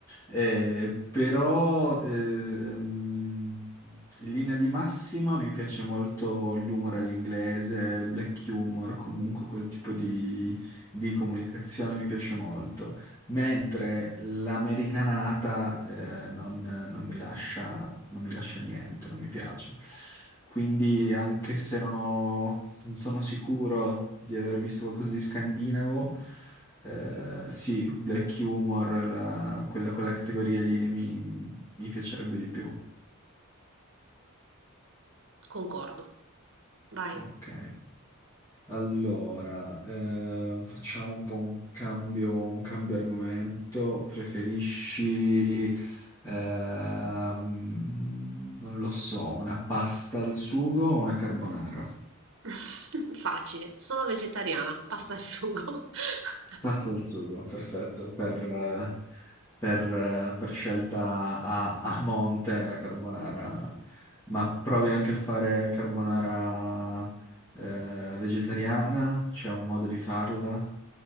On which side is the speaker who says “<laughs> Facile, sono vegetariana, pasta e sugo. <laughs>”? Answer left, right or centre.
Right